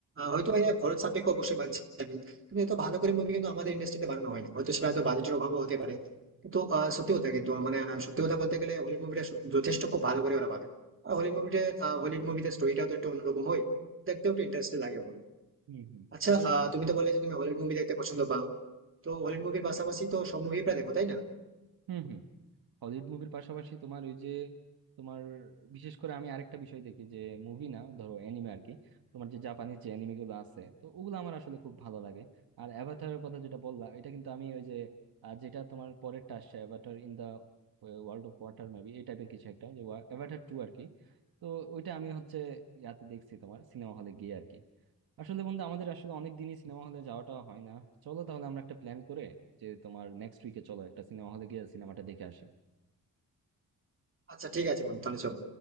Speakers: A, on the right (about 35°); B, on the right (about 75°).
A: হয়তো এর খরচ সাপেক্ষ অবশ্যই বানছে আমি কিন্তু এত ভালো করে মুভি কিন্তু আমাদের ইন্ডাস্ট্রিতে বানানো হয় না হয়তো সেটা হয়তো বাজেটের অভাবও হতে পারে কিন্তু আহ, সত্যি কথা কিন্তু মানে আহ, সত্যি কথা বলতে গেলে হলিউড মুভিটা যথেষ্ট খুব ভালো করে ওরা বানায় আর হলিউড মুভিতে হলিউড মুভিতে স্টোরিটাও তো একটু অন্যরকম হয় দেখতেও একটু ইন্টারেস্টিং লাগে বলো
B: হুম হুম হুম,
A: আচ্ছা
B: এটা আসলে
A: আহ, তুমি
B: ঠিক
A: তো
B: বলছো।
A: বললে যে তুমি হলিউড মুভি দেখতে পছন্দ পাও তো হলিউড মুভির পাশাপাশি তো সব মুভি প্রায় দেখো তাই না
B: হুম হুম হলিউড মুভির পাশাপাশি তোমার ওই যে তোমার বিশেষ করে আমি আরেকটা বিষয় দেখি যে মুভি না ধরো অ্যানিমে আর কি তোমার যে জাপানিজ যে অ্যানিমে গুলো আছে তো ওগুলো আমার আসলে খুব ভালো লাগে আর অ্যাভাটারের কথা যেটা বললাম এটা কিন্তু আমি ওই যে আহ, যেটা তোমার পরেরটা আসছে Avatar in the world of water maybe এই টাইপের কিছু একটা যে অ্যাভাটার টু আর কি তো ওইটা আমি হচ্ছে ইয়াতে দেখছি তোমার সিনেমা হলে গিয়ে আর কি আসলে বন্ধু আমাদের আসলে অনেক দিনই সিনেমা হলে যাওয়াটা হয় না চলো তাহলে আমরা একটা প্ল্যান করে যে তোমার নেক্সট উইকে চলো একটা সিনেমা হলে গিয়ে সিনেমাটা দেখে আসি
A: আচ্ছা ঠিক আছে বন্ধু তাহলে চলো